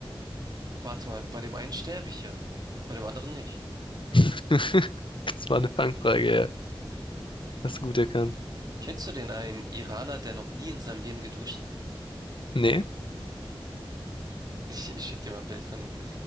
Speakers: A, on the right (about 45°); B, on the left (about 65°).
A: warte mal, bei dem einen sterbe ich ja, bei dem anderen nicht.
B: <laughs> Das war eine Fangfrage, ja. Hast du gut erkannt.
A: Kennst du den einen Iraner, der noch nie in seinem Leben geduscht hat?
B: Nee,
A: Ich, ich schick dir mal ein Bild von ihm.